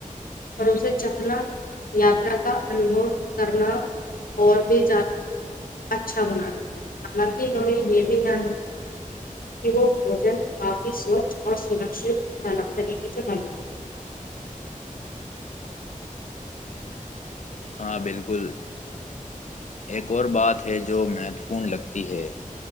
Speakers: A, on the left; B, on the left.
A: اور اسے چکھنا یاترا کا انو کرنا اور بھی اچھا بنات ہے حالانکہ ہمیں یہ بھی دان رکھ کہ وہ بوجن کافی سوچھ اور سرکشت طریقے سے بنے
B: ہاں بالکل ایک اور بات ہے جو مہتوپورن لگتی ہے